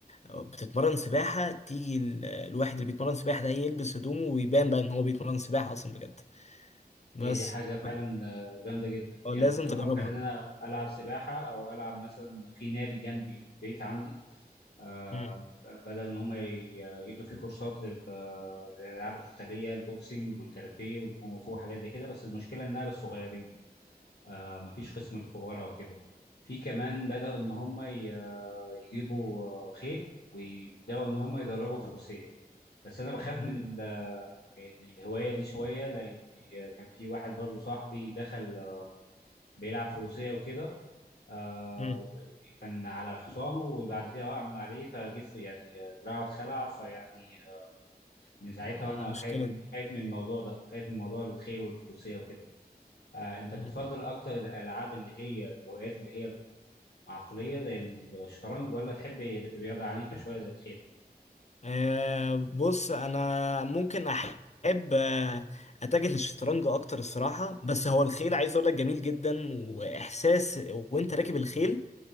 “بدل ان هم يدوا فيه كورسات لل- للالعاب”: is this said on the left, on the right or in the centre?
Left